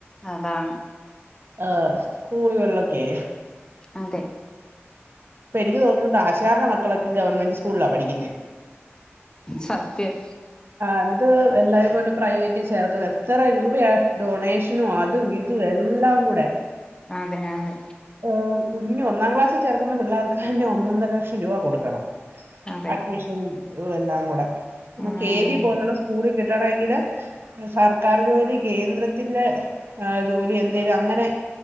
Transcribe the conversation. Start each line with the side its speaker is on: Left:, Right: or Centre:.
Left: അതാണ്
Right: ആ സ്കൂളുകളിലൊക്കെ
Left: അതെ
Right: ഇപ്പൊ എനിക്ക് തോന്നുന്നു കാശാാരടെ മക്കളൊക്കെ ഗവൺമെന്റ് സ്കൂളിലാ പഠിക്കുന്നേ
Left: സത്യം
Right: എന്നിട്ട് എല്ലാരും കൊണ്ട് പ്രൈവറ്റിൽ ചേർക്കും എത്ര രൂപയ ഡൊണേഷനും ആദ് ഇത് എല്ലാം കൂടെ
Left: അതെയാണ്
Right: ഏ കുഞ്ഞഞ് ഒന്നാം ക്ലാസ്സിൽ ചേർക്കുന്ന പിള്ളേർക്ക് പിന്നെ ഒന്നൊന്നര ലക്ഷം രൂപ കൊടുക്കണം
Left: അതെ
Right: അഡ്മിഷനും എല്ലാം കൂടെ
Left: ഉം
Right: കെ വി പോലുള്ള സ്കൂള് കിട്ടണമെങ്കില് സർക്കാർ ജോലി കേന്ദ്രത്തിന്റെ ജോലി എ രും അങ്ങനെ